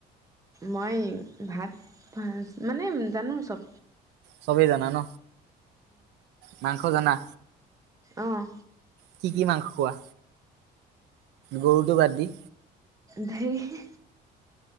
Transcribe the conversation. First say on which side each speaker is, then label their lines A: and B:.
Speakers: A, on the right (about 20°); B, on the right (about 85°).
A: মই ভাত ভাত মানে জানো চব।
B: চবেই জানা ন? মাংস জানা?
A: অঁহ।
B: কি কি মাংস খোৱা? গৰুটো বাদ দি।
A: ধেই <inaudible>